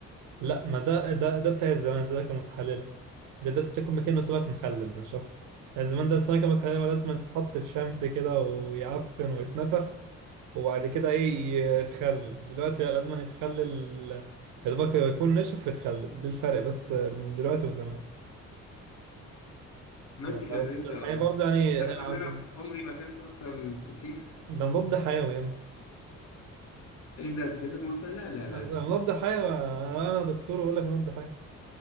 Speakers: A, on the right; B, on the left.
A: لا ما ده ده ده بتاع الزمان ده كان متحللة ده ده بتاكل مكانه سمك مخلل مش أكتر يعني زمان ده السمكة المتحللة لازم تتحط في شمس كده ويعفن ويتنفخ وبعد كده إيه يتخلل دلوقتي لا لازم يتخلل يا دوبك يكون نشف ويتخلل ده الفرق بس من دلوقتي وزمان
B: ماشي
A: بس
B: الرنجة
A: الحقيقة
B: آه، ماشي
A: برضه يعني
B: تعرف
A: أصل
B: إن أنا عمري ما أكلت أصلا فسيخ
A: ده مضاد حيوي يعني
B: إيه ده الفسيخ مضر؟ لا لا
A: مضاد
B: لا
A: حيوي أنا أنا دكتور وأقول لك مضاد حيوي